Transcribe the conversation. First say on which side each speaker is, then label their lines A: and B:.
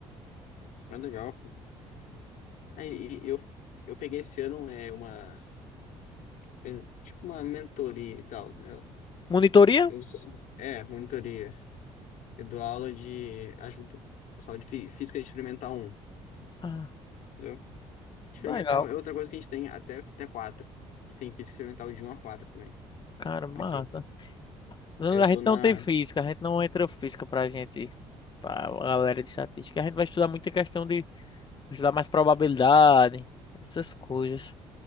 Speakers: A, on the left; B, on the left.
A: Mas legal. pô. Aí e eu, eu peguei esse ano é, uma. é, Tipo uma mentoria e tal. né?
B: Monitoria?
A: Eu, sou- é, monitoria. Eu dou aula de. Ajudo o pessoal de fí- física experimental um.
B: Ah,
A: Entendeu? Experimental
B: legal.
A: é outra coisa que a gente tem até, até 4. A gente tem física experimental de um a 4 também.
B: Cara, massa.
A: Aqui.
B: Não,
A: Aí eu
B: A gente
A: tô na.
B: não tem física, a gente não entra física pra gente, pra galera de estatística. A gente vai estudar muita questão de estudar mais probabilidade, essas coisas,